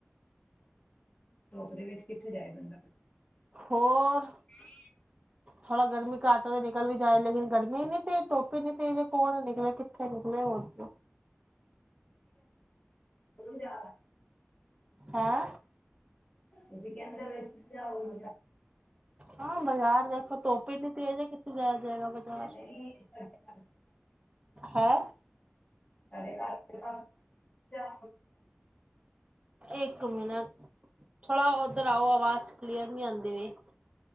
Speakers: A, on the left; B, on the right.
A: ਧੁੱਪ ਦੇ ਵਿੱਚ ਕਿੱਥੇ ਜਾਏ ਬੰਦਾ?
B: ਹੋਰ
A: ਹਮਮ।
B: ਥੋੜਾ ਗਰਮੀ ਘਾਟ ਨਿਕਲ ਵੀ ਜਾਏ ਲੇਕਿਨ ਗਰਮੀ ਏਨੀ ਤੇਜ਼ ਧੁੱਪ ਏਨੀ ਤੇਜ਼ ਏ ਕੌਣ ਮੈਂ ਕਿੱਥੇ ਲਿਖਣਾ ਹੈ
A: ਜਾ
B: ਹੈਂ
A: ਇਹ ਵੀ ਕਿਿੰ ਵ ਜਾ ਉ
B: ਹਾਂ ਬਾਜ਼ਾਰ ਦੇਖੋ ਧੁੱਪ ਏਨੀ ਤੇਜ ਹੈ। ਕਿੱਥੇ ਜਾਇਆ ਜਾਏਗਾ ਬਜ਼ਾਰ?
A: ਨਹੀਂ ਸਾਡੇ
B: ਹੈਂ
A: ਸਾਡੇ ਘਰ ਪਾਸ ਜਾ
B: ਇੱਕ ਮਿੰਟ ਥੋੜਾ ਔਰ ਉਧਰ ਆਓ ਆਵਾਜ਼ ਕਲੀਅਰ ਨਹੀਂ ਆਂਦੀ ਪਈ।